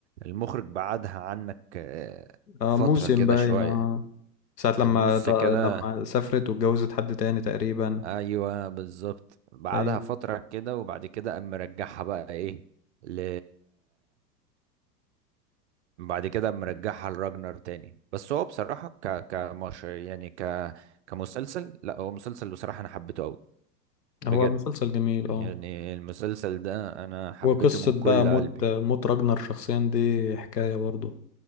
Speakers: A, on the right; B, on the left.
A: المخرج بعدها عنك آه،
B: آه
A: فترة
B: موسم
A: كده
B: باين
A: شوية
B: اه ساعة
A: في
B: لما
A: النص
B: ط- لما
A: كده
B: سافرت واتجوزت حد تاني تقريبا
A: ايوه بالظبط بعدها
B: أيوة
A: فترة كده وبعد كده قام مرجعها بقى ايه ل بعد كده قام مرجعها لراجنر تاني بس هو بصراحة ك كمش يعني ك كمسلسل لا هو مسلسل بصراحة انا حبيته قوي بجد
B: هو مسلسل جميل
A: يعني
B: اه
A: المسلسل ده انا حبيته
B: وقصة
A: من
B: بقى
A: كل
B: موت
A: قلبي
B: موت راجنر شخصيا دي حكاية برضه